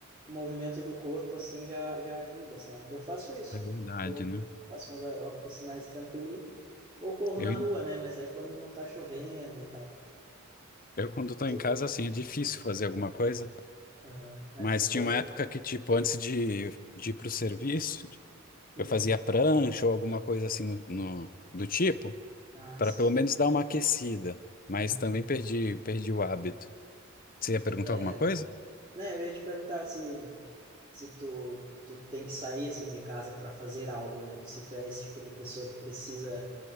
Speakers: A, on the right; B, on the left.
A: o movimento do corpo, assim, já, já ajuda, sabe? Eu faço isso,
B: É verdade,
A: dou,
B: né?
A: faço uns aeróbicos, assim, mais tranquilinho, ou corro
B: Eu,
A: na rua, né? Mas daí quando não tá chovendo e tal.
B: eu quando estou
A: Tu,
B: em casa, assim, é difícil fazer alguma coisa.
A: Aham. É,
B: Mas
A: tu tem...
B: tinha uma época que, tipo, antes de, de ir pro serviço,
A: Uhum.
B: eu fazia prancha ou alguma coisa assim no, no- do tipo,
A: Ah,
B: para
A: sim.
B: pelo menos dar uma aquecida. Mas
A: Uhum.
B: também perdi, perdi o hábito. Você ia perguntar
A: é,
B: alguma coisa?
A: Né, eu ia te perguntar se, se tu, tu tem que sair assim de casa para fazer algo, né? Se tu é esse tipo de pessoa que precisa,